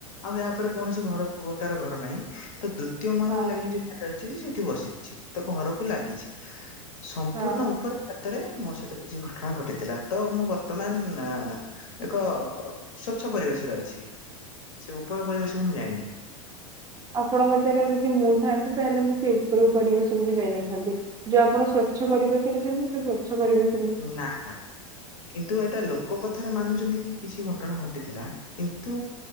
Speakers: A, on the left; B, on the right.
A: ଆଉ ଏହାପରେ କୌଣସି ଘର ପ୍ରକାର ଘର ନାହିଁ ତ ଦ୍ଵିତୀୟ ମାହଲାକୁ
B: ହଁ
A: ଲାଗି ଯଉ ଛାତଟା ଅଛି ସେଠି ବସି ଚି ତଘରକୁ ଲାଗିଚି ସମ୍ପୂର୍ଣ୍ଣ
B: ହଁ।
A: ଉପରେ ଏଥରେ ମୋ ସହିତ କିଛି ଘଟଣା ଘଟିଥିଲା ତ ମୁଁ ବର୍ତ୍ତମାନ ଏକ ସ୍ଵଚ୍ଛ ପରିବେଶରେ ଅଛି ସେଉପର ପରିବେଶକୁ ମୁଁ ଯାଇନି।
B: ଆପଣଙ୍କ ଜାଗାରେ ଯଦି ମୁଁ ଥାଆନ୍ତି ତାହେଲେ ମୁଁ ସେଇ ଉପର ପରିବେଶକୁବି ଯାଇନଥାନ୍ତି। ଯୋଉ ଆପଣ ସ୍ଵଚ୍ଛ ପରିବେଶରେ ଅଛନ୍ତି ସେ ସ୍ଵଚ୍ଛ ପରିବେଶ
A: ନା ନା କିନ୍ତୁ ଏଟା ଲୋକ କଥାରେ ମାନୁଚନ୍ତିକି କିଛି ଘଟଣା ଘଟିଥିଲା। କିନ୍ତୁ